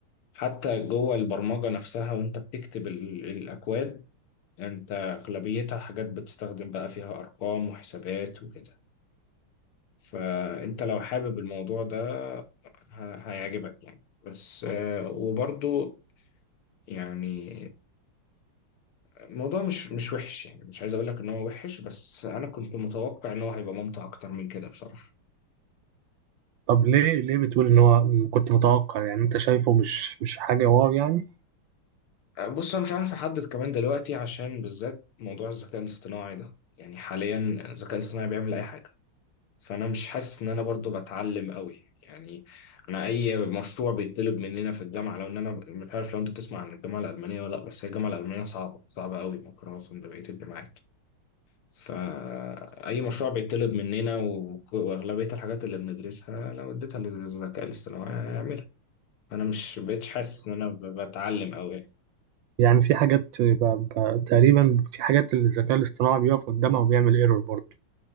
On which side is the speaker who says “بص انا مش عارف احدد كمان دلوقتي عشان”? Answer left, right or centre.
Left